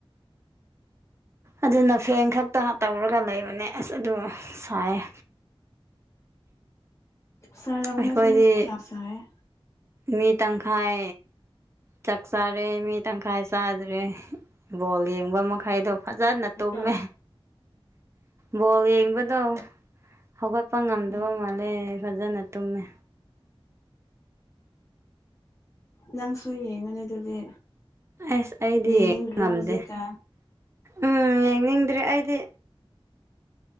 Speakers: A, on the right; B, on the left.
A: ꯑꯗꯨꯅ ꯐꯦꯟ ꯈꯛꯇ ꯇꯧꯔꯒ ꯂꯩꯕꯅꯦ ꯑꯁ ꯑꯗꯨ ꯁꯥꯏꯌꯦ꯫
B: ꯁꯥꯔꯝꯒꯅꯤ
A: ꯑꯩꯈꯣꯏꯗꯤ
B: ꯁꯤꯗꯁꯨ ꯌꯥꯝ ꯁꯥꯏꯌꯦ꯫
A: ꯃꯤ ꯇꯪꯈꯥꯏ꯫ ꯆꯥꯛ ꯆꯥꯔꯦ ꯃꯤ ꯇꯪꯈꯥꯏ ꯆꯥꯗ꯭ꯔꯦ ꯕꯣꯜ ꯌꯦꯡꯕ ꯃꯈꯩꯗꯣ꯫ ꯐꯖꯥꯅ ꯇꯨꯝꯃꯦ꯫
B: ꯑꯣ
A: ꯕꯣꯜ ꯌꯦꯡꯕꯗꯣ ꯍꯧꯒꯠꯄ ꯉꯝꯗꯕ
B: ꯎꯝ
A: ꯃꯥꯜꯂꯦ꯫ ꯐꯖꯅ ꯇꯨꯝꯃꯦ꯫
B: ꯅꯪꯁꯨ ꯌꯦꯡꯉꯅꯤ ꯑꯗꯨꯗꯤ꯫
A: ꯑꯁ ꯑꯩꯗꯤ
B: ꯌꯦꯡꯅꯤꯡꯗ꯭ꯔꯣ
A: ꯌꯦꯡꯕ ꯉꯝꯗꯦ
B: ꯍꯧꯖꯤꯛꯀꯥꯟ
A: ꯎꯝ ꯌꯦꯡꯅꯤꯡꯗ꯭ꯔꯦ ꯑꯩꯗꯤ꯫